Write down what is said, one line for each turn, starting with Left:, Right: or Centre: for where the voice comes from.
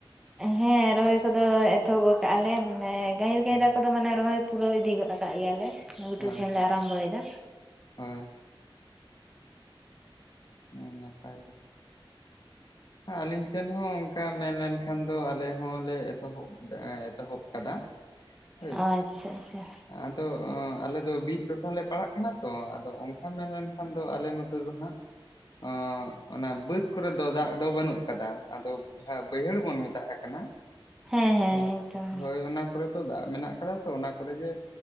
Centre: ᱦᱮᱸ ᱨᱚᱦᱚᱭ ᱠᱚᱫᱚ ᱮᱛᱚᱦᱚᱵ ᱟᱠᱟᱜᱼᱟ ᱞᱮ ᱢᱟᱱᱮ ᱜᱟᱹᱦᱤᱨ ᱜᱟᱹᱦᱤᱨᱟᱜ
Left: ᱦᱮᱸ
Centre: ᱠᱚᱫᱚ ᱢᱟᱱᱮ ᱨᱚᱦᱚᱭ ᱯᱩᱨᱟᱹᱣ ᱤᱫᱤ ᱜᱚᱫ ᱟᱠᱟᱫ ᱜᱮᱭᱟᱞᱮ ᱜᱩᱴᱩ
Left: ᱦᱳᱭ
Centre: ᱥᱮᱱᱞᱮ ᱟᱨᱟᱢᱵᱚᱭᱮᱫᱟ
Left: ᱦᱳᱭ ᱦᱮᱸ ᱱᱟᱯᱟᱭ ᱜᱮ ᱟᱹᱞᱤᱧ ᱥᱮᱱ ᱦᱚᱸ ᱚᱧ ᱚᱱᱠᱟ ᱢᱮᱱ ᱞᱮᱱᱠᱷᱟᱱ ᱫᱚ ᱟᱞᱮ ᱦᱚᱸᱞᱮ ᱮᱛᱚᱦᱚᱵ ᱫᱟ ᱮᱛᱚᱦᱚᱵ ᱠᱟᱫᱟ ᱦᱳᱭ
Centre: ᱟ ᱪᱷᱟ ᱪᱷᱟ᱾
Left: ᱟᱫᱚ ᱟᱞᱮ ᱫᱚ ᱵᱤᱨ ᱴᱚᱴᱷᱟᱞᱮ ᱯᱟᱲᱟᱜ ᱠᱟᱱᱟ ᱛᱚ ᱟᱫᱚ ᱚᱱᱠᱟ ᱢᱮ-ᱢᱮᱱ ᱠᱷᱟᱱ ᱫᱚ ᱟᱞᱮ ᱱᱚᱛᱮ ᱫᱚ ᱦᱟᱸᱜ ᱚᱸ ᱚᱱᱟ ᱵᱟᱹᱫᱽ ᱠᱚᱨᱮ ᱫᱚ ᱫᱟᱜ ᱫᱚ ᱵᱟᱹᱱᱩᱜ ᱟᱠᱟᱫᱟ ᱟᱫᱚ ᱡᱟᱦᱟᱸ ᱵᱟᱹᱭᱦᱟᱹᱲ ᱵᱚᱱ ᱢᱮᱛᱟᱜ ᱠᱟᱱᱟ᱾
Centre: ᱦᱮᱸ ᱦᱮᱸ
Left: <unintelligible>
Centre: ᱮᱠᱫᱚᱢ
Left: ᱦᱳᱭ ᱚᱱᱟ ᱠᱚᱨᱮ ᱫᱚ ᱫᱟᱜ ᱢᱮᱱᱟᱜ ᱠᱟᱫᱟ ᱛᱚ ᱚᱱᱟ ᱠᱚᱨᱮ ᱜᱮ